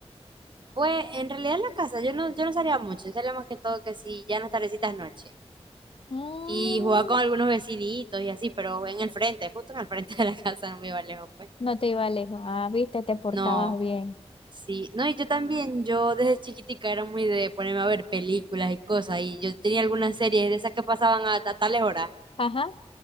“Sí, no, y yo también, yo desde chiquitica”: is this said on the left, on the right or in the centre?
Right